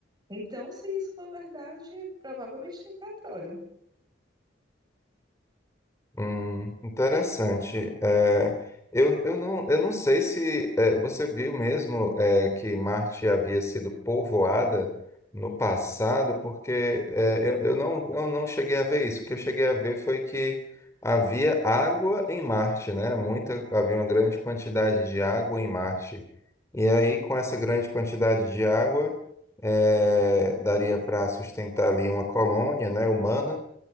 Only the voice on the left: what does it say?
Hum, interessante. É, eu, eu não, eu não sei se é, você viu mesmo é, que Marte havia sido povoada no passado, porque é, eu, eu não, eu não cheguei a ver isso. O que eu cheguei a ver foi que havia água em Marte, né? Muita, havia uma grande quantidade de água em Marte. E aí, com essa grande quantidade de água, é, daria para sustentar ali uma colônia, né, humana.